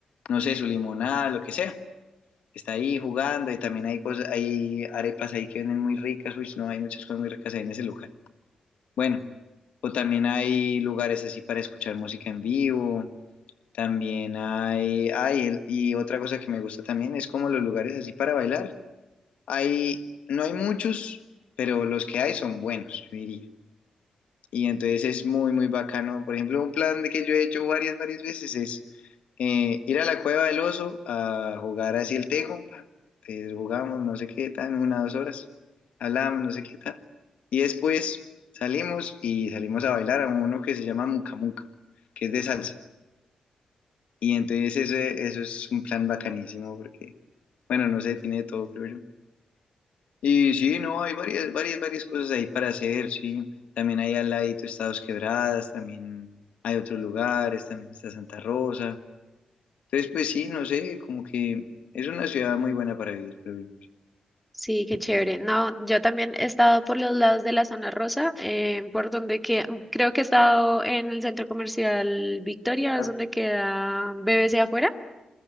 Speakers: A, on the left; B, in the centre.
A: no sé, su limonada, lo que sea. Está ahí jugando y también hay cosas, hay arepas ahí que venden muy ricas, uy, no, hay muchas cosas muy ricas ahí en ese lugar. Bueno, o también hay lugares así para escuchar música en vivo. También hay, hay el- y otra cosa que me gusta también es como los lugares así para bailar. Hay, no hay muchos, pero los que hay son buenos, yo diría. Y entonces es muy, muy bacano. Por ejemplo, un plan de que yo he hecho varias, varias veces es eh, ir a la Cueva del Oso a jugar así el tejo. pam. Entonces jugamos no sé qué tan, una, dos horas. Hablamos no sé qué tal. Y después salimos y salimos a bailar a uno que se llama Muca Muca, que es de salsa. Y entonces eso, eso es un plan bacanísimo porque, bueno, no sé, tiene de todo, creo yo. Y sí, no, hay varias, varias, varias cosas ahí para hacer, sí. También hay al ladito Estados Quebradas, también hay otros lugares, también está Santa Rosa. Entonces, pues sí, no sé, como que es una ciudad muy buena para vivir, creo yo.
B: Sí, qué chévere. No, yo también he estado por los lados de la zona rosa, eh, por donde que creo que he estado en el centro comercial Victoria,
A: Ah,
B: es donde queda BBC afuera.